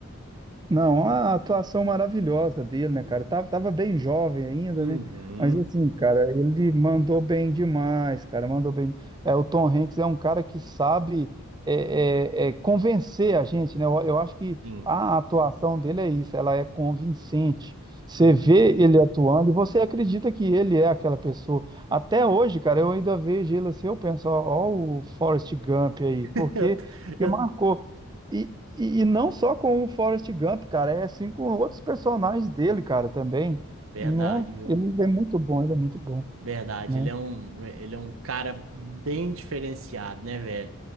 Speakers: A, on the right; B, on the right.
A: Não, a atuação maravilhosa dele, né, cara? Tava, tava bem jovem ainda,
B: Uhum.
A: né? Mas assim, cara, ele mandou bem demais, cara. Mandou bem. É, o Tom Hanks é um cara que sabe é, é, é, convencer a gente, né? Eu, eu acho que
B: Sim.
A: a atuação dele é isso, ela é convincente. Você
B: Uhum.
A: vê ele atuando e você acredita que ele é aquela pessoa. Até hoje, cara, eu ainda vejo ele assim, eu penso, ó, ó o Forrest Gump aí,
B: <laughs>
A: porque,
B: Eu,
A: porque
B: eu,
A: marcou. E, e, e não só com o Forrest Gump, cara, é assim com outros personagens dele, cara, também.
B: verdade,
A: No,
B: viu?
A: ele é muito bom, ele é muito bom,
B: Verdade,
A: né?
B: ele é um, ele é um cara bem diferenciado, né, velho?